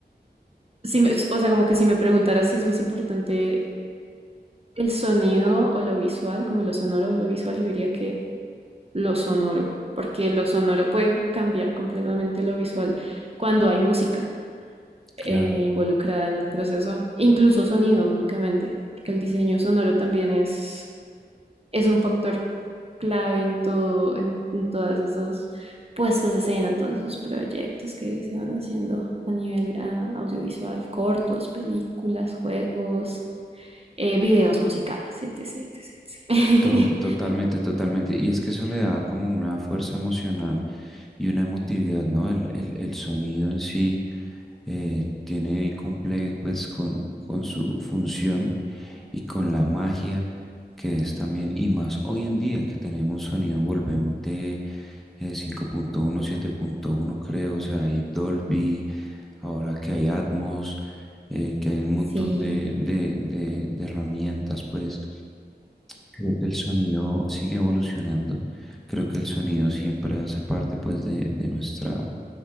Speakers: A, on the right (about 35°); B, in the centre.
A: sí me- o sea, como que si me preguntaras si es más importante el sonido o lo visual, como lo sonoro o lo visual, yo diría que lo sonoro, porque lo sonoro puede cambiar completamente lo visual cuando hay música eh,
B: Claro.
A: involucrada en el proceso, incluso sonido únicamente, porque el diseño sonoro también es, es un factor clave en todo, en, en todas esas puestas de escena, todos esos proyectos que se van haciendo a nivel uh, audiovisual, cortos, películas, juegos, eh, videos musicales, etc, etc, etc.
B: Tor- Totalmente, totalmente. Y es que eso le da como una fuerza emocional y una emotividad, ¿no? El, el, el sonido en sí eh, tiene y cumple pues con, con su función y con la magia que es también, y más hoy en día que tenemos sonido envolvente eh, cinco punto uno siete punto uno creo, o sea, hay Dolby, ahora que hay Atmos, eh, que hay un montón
A: <laughs>
B: de, de
A: sí,
B: de- de herramientas, pues. Creo que el sonido sigue evolucionando. Creo que el sonido siempre hace parte pues de, de nuestra,